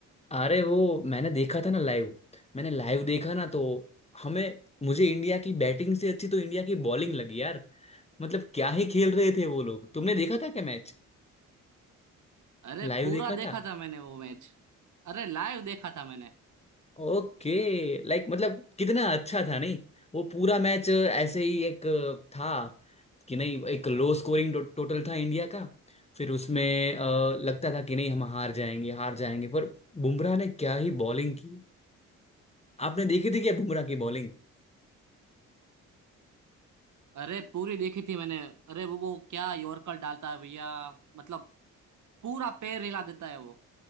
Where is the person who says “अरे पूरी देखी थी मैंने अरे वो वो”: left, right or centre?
Right